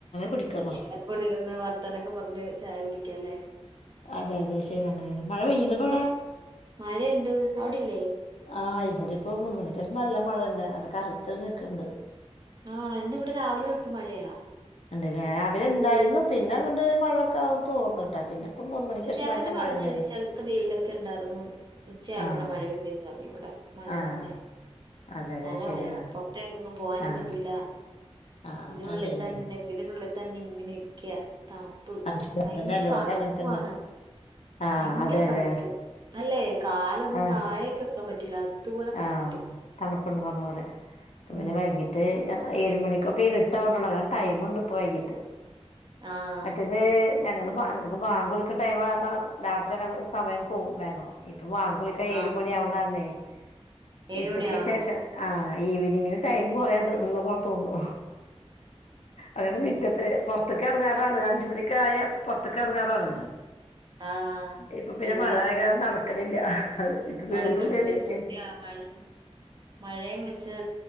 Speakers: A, on the left (about 75°); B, on the right (about 40°).
A: കുടിക്കുള്ളൂ
B: എല്ലർക്കുടില്ന്ന് വർത്താനൊക്കെ പറഞ്ഞിട്ട് ചായ വിളിക്കലേ
A: അതെ അതെ ശരിയാണ് മഴ പെയ്യിണ്ടപ്പവടെ
B: ഉം മഴയുണ്ട് അവിടില്ലേ
A: ആ ഇവിടെ ഇപ്പോ മൂന്ന് മണിക്കേഷം നല്ല മഴണ്ട് കറുത്ത് നിക്ക്‌ണ്ട്
B: ആണ് ഇന്നിവിടെ രാവിലെ തൊട്ട് മഴയാ
A: ഉണ്ട് രാവിലെ ഇണ്ടായിരുന്നു
B: വെയിൽ-
A: പിന്നെ അങ്ങട്ട് മഴൊക്കെ തോർന്ന്ട്ടാ പിന്നെ ഇപ്പം മൂന്ന് മണിക്കേഷം
B: പക്ഷെ ചിലര്
A: നല്ല
B: പറഞ്ഞു
A: മഴ തന്നെയാണ്
B: ചെൽത്ത് വെയിലൊക്കെ ഉണ്ടായിർന്നു ഉച്ചയപ്പോഴ
A: ആഹ്
B: മഴ പെയ്തെന്ന് പറഞ്ഞു ഇവിടെ മഴ
A: ആഹ്
B: തന്നെ
A: അതെല്ലേ
B: നല്ല
A: ശരിയാ
B: മഴയാ പൊറത്തേക്കെങ്ങും പോവാനും
A: ആഹ്
B: പറ്റൂല
A: ആഹ്
B: ഇതിനുള്ളിൽ
A: അത് ശരിയാ
B: തന്നെ വീടിനുള്ളിൽ തന്നെ ഇങ്ങനെ ഇരിക്ക്യ തണുപ്പ്
A: അത് ശരി
B: ഭയങ്കര
A: അതന്നെ എല്ലോട്ത്തും
B: തണു
A: അങ്ങനെ
B: പ്പാണ്
A: തന്നെ ആഹ്
B: ഭയങ്കര
A: അതെ അതെ
B: തണുപ്പ് അല്ലേ കാലൊന്നും
A: ആഹ്
B: താഴേക്ക ക്കാൻ പറ്റില്ല അതുപോലെ തണുപ്പ്
A: ആഹ് പറഞ്ഞ പോലെ ഇന്ന് പിന്നെ
B: ഉം
A: വൈകിട്ട് ഏഴ് മണി ഇപ്പൊക്കെ ഇരിട്ടാവണൊള്ളൂ അങ്ങനെ ടൈമുണ്ട് ഇപ്പൊ വൈകിട്ട്
B: ആഹ്
A: മറ്റത് ഞങ്ങള് ഞങ്ങള്ക്ക് ബാ ബാങ്കുളിക്ക്‌ണ ടൈമ് ലറഞ്ഞാ രാത്രി നങ്ങക്ക്‌ സമയം പോകും വേഗം ബാങ്കുളിക്ക ഏഴു
B: ആഹ്
A: മണി ആവ്ണ് <unintelligible>
B: ഏഴ്
A: ഉച്ചക്ക്
B: മണിയാവണോ
A: ശേഷം ആ ഈവനിങ്ങും ടൈം കൊറേത് ഉള്ളപ്പോലെ തോന്നു അങ്ങനെ മിറ്റത് പുറത്ത്ക്കിറങ്ങാറാണ് അഞ്ച് മണിക്കായ പുറത്ത്ക്കിറങ്ങാറാണ്
B: ആഹ്
A: ഇപ്പൊ പിന്നെ
B: ശരിയാ
A: മഴയ കാലം നടക്കണില്ല അത് ഇപ്പ വീടിന്റുള്ളിലെന്നെ
B: നടക്കുന്നുണ്ട്
A: ഇരിക്കും
B: സത്യാ മഴ മഴയും വെച്ച്